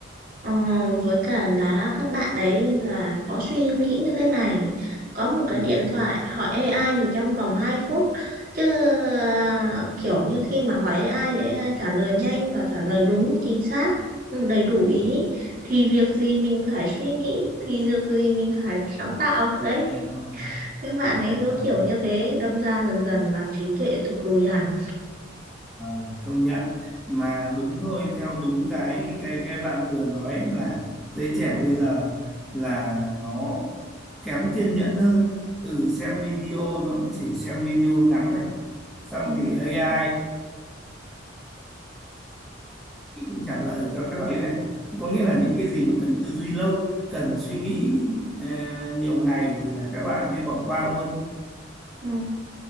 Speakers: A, on the right; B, in the centre.
A: Ờ, với cả là các bạn ấy là có suy nghĩ như thế này có một
B: Ừ,
A: cái điện thoại hỏi AI thì trong vòng hai phút chứ à, kiểu như khi mà hỏi AI thì AI trả lời nhanh và trả lời đúng chính xác ừ, đầy đủ ý thì việc gì mình phải suy nghĩ thì việc gì mình phải sáng tạo đấy
B: nghe ngon.
A: các bạn ấy
B: Ờ,
A: có kiểu như thế đâm ra dần dần là trí tuệ thụt lùi hẳn
B: ờ, công nhận mà đúng thôi theo đúng cái cái cái bạn vừa nói là giới trẻ bây giờ là nó kém kiên nhẫn hơn từ xem video nó cũng chỉ xem video ngắn này xong
A: ừ.
B: thì AI thì cũng trả lời cho các bạn ấy này thì có nghĩa là những cái gì mà cần tư duy lâu cần suy nghĩ ờ, nhiều ngày thì là các bạn ấy bỏ qua luôn
A: ừ